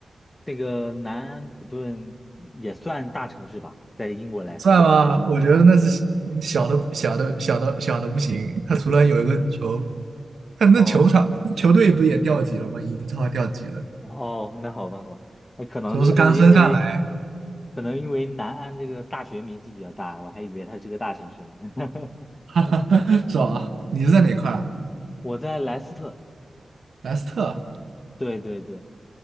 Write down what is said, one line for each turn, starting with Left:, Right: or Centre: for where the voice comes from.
Left: 那个南安普顿也算大城市吧，在英国来说。
Right: 算吗？
Left: <laughs>
Right: 我觉得那是嗯小的小的小的小的不行。他除了有一个球，他那球场球队不是也掉级了吗？
Left: 哦
Right: 英超掉级了，
Left: 哦，那好吧，好吧，那可能就是因为，
Right: 主要是刚升上来，
Left: 可能因为南安这个大学名气比较大，我还以为它是个大城市呢。<laughs>
Right: <laughs> 哈哈，爽啊！你是在哪块啊
Left: 我在莱斯特，
Right: 莱斯特，
Left: 对对对，